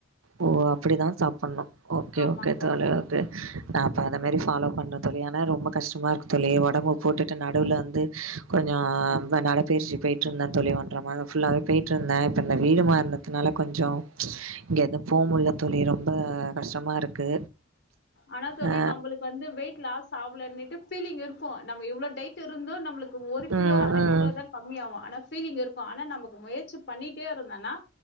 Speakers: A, on the right (about 80°); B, on the left (about 55°).
A: ஓ அப்படிதான் சாப்புணும் ஓகே
B: ஆமா
A: ஓகே
B: தோழி
A: தலையெழுத்து நான் அப்ப அத மாரி ஃபாலோ பண்ணும் தோழி ஆனா ரொம்ப கஷ்டமா இருக்கு தோழி கொஞ்சம் ஒடம்பு போட்டுட்டு நடுவுல வந்து கொஞ்சம் நடபயிற்சி போய்ட்டுருந்தேன் தோழி ஒன்றர மாதம் ஃபுல்லாவே போய்ட்டுருந்தேன் இப்போ இந்த வீடு மாறுனதுல இருந்ததுனால கொஞ்சம் இங்கே தான் இல்ல தோழி ரொம்ப கஷ்டமா இருக்கு
B: ஆனா தோழி
A: ஆ.
B: நம்மளுக்கு வந்து வெயிட் லாஸ் ஆவலன்னு பீலிங் இருக்கும் நம்ம இவ்வளவு டைட் இருந்தோ நம்பளுக்கு ஒரு கிலோ
A: ம்,
B: அர
A: ம்.
B: கிலோ தான் கம்மிய ஆவும் ஆனா பீலிங் இருக்கும் ஆனா நமக்கு முயற்சி பண்ணிட்டே இருந்தேனா